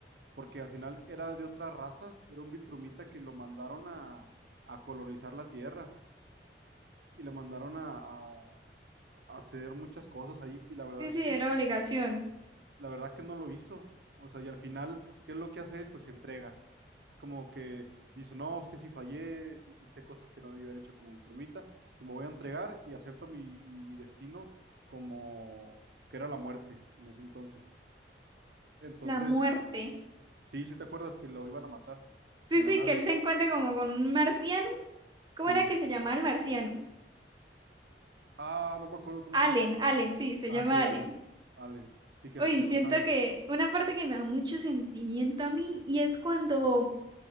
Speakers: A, on the right (about 65°); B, on the right (about 25°).
A: porque al final era de otra raza, era un Viltrumita que lo mandaron a, a colonizar la Tierra y le mandaron a, a- a hacer muchas cosas ahí y la verdad
B: Sí,
A: es
B: sí,
A: que
B: era obligación.
A: la verdad que no lo hizo. O sea, y al final, ¿qué es lo que hace él? Pues se entrega. Es como que dice, no, es que si fallé, hice cosas que no debí haber hecho como Viltrumita, se me voy a entregar y acepto mi, mi destino como que era la muerte en ese entonces. Entonces,
B: La muerte.
A: sí, sí te acuerdas que lo iban a matar
B: Sí,
A: en la
B: sí,
A: nave.
B: que él se encuentra como con un marciano.
A: Sí.
B: ¿Cómo era que se llamaba el marciano?
A: Ah, no me acuerdo cómo
B: Allen,
A: se llamaba Marciano.
B: Allen, sí, se
A: Ah,
B: llama
A: sí, Allen.
B: Allen.
A: Allen. Sí, que
B: Uy,
A: lo, que lo
B: siento
A: salva.
B: que una parte que me da mucho sentimiento a mí y es cuando,